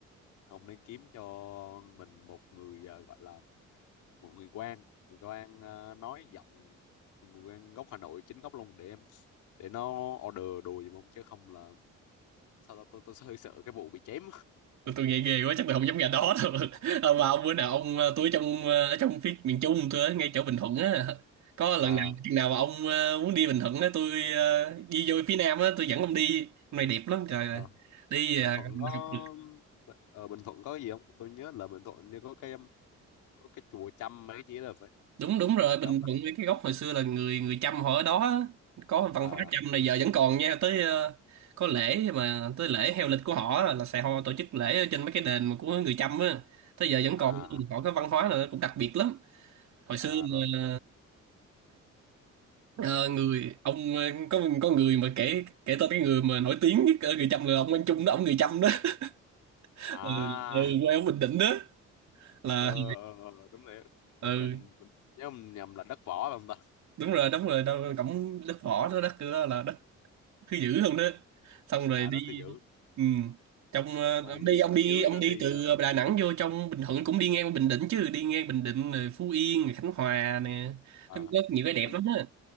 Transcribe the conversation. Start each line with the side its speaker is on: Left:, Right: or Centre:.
Left: ông nên kiếm cho mình một người ờ, gọi là một người quan người quan ờ, nói giọng người quan gốc Hà Nội chính gốc luôn để em để nó order đồ giùm ông chứ không là sao tao tôi tôi hơi sợ cái vụ bị chém
Right: tôi, tôi nghe ghê quá chắc tôi không dám ra đó đâu <laughs> à, mà ông bữa nào ông ờ, tôi ở trong ờ, ở trong phía miền Trung tôi ở ngay chỗ Bình Thuận á có lần
Left: à
Right: nào chừng nào mà ông ờ, muốn đi Bình Thuận á tôi ờ, đi vô phía Nam á tôi dẫn ông đi hôm nay đẹp lắm trời ơi.
Left: ờ,
Right: đi
Left: Bình
Right: ờ,
Left: Thuận
Right: mình
Left: có
Right: học được
Left: ờ, Bình Thuận có gì không tôi nhớ là Bình Thuận như có cái um, có cái chùa Chăm mấy cái gì là phải
Right: đúng đúng rồi Bình
Left: đó
Right: Thuận với cái gốc hồi xưa là người người Chăm họ ở đó á. có văn
Left: à
Right: hóa Chăm này giờ vẫn còn nha tới ờ, có lễ mà tới lễ heo lịch của họ á, là sẽ họ tổ chức lễ ở trên mấy cái đền mà của người Chăm á tới giờ vẫn
Left: à
Right: còn họ có văn hóa là cũng đặc biệt lắm hồi xưa
Left: à rồi
Right: mà Ờ, người ông ờ, có có người mà kể kể tên cái người mà nổi tiếng nhất ở người Chăm là ông Quang Trung đó ông người Chăm đó <laughs>
Left: à
Right: ừ, ừ, quê ở Bình Định đó là
Left: ờ ờ, ờ, đúng rồi Bình
Right: ừ
Left: Định Bình... nhớ không nhầm là đất võ phải không ta
Right: đúng rồi đúng rồi đâu cổng đất võ đó đất đó là đất thứ dữ không đó xong rồi
Left: à
Right: đi
Left: đất thứ dữ
Right: ừ. trong ờ,
Left: còn
Right: ông
Left: đi
Right: đi
Left: xuống
Right: ông đi
Left: dưới
Right: ông
Left: nữa
Right: đi
Left: thì
Right: từ
Left: ờ,
Right: Đà Nẵng vô trong Bình Thuận cũng đi ngang qua Bình Định chứ đi ngang Bình Định rồi Phú Yên rồi Khánh Hòa nè
Left: à
Right: Nó có nhiều cái đẹp
Left: Khánh
Right: lắm á